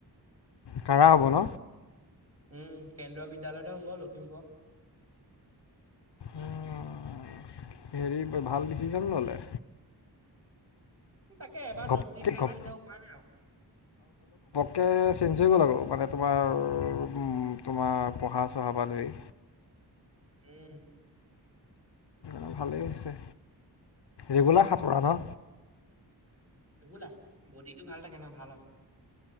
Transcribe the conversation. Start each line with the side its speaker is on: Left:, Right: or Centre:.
Left: কাঢ়া হ'ব ন।
Right: উম কেন্দ্ৰীয় বিদ্যালয়তে হ'ব লখিমপুৰত,।
Left: উ হেৰি ভাল ডিচিশন ললে।
Right: তাকে এবাৰ
Left: ঘপককৈ
Right: দৰব দি দিলে
Left: ঘপ
Right: যা এতিয়া উপায় নাই আও।
Left: কে চেঞ্জ হৈ গ'ল আকৌ মানে তোমাৰ উ তোমাৰ পঢ়া চহা বা ধৰি।
Right: উম।
Left: অ ভালেই হৈছে ৰেগুলাৰ সাঁতোৰা ন।
Right: ৰেগুলাৰ বডিটো ভাল থাকে ন ভাল অ।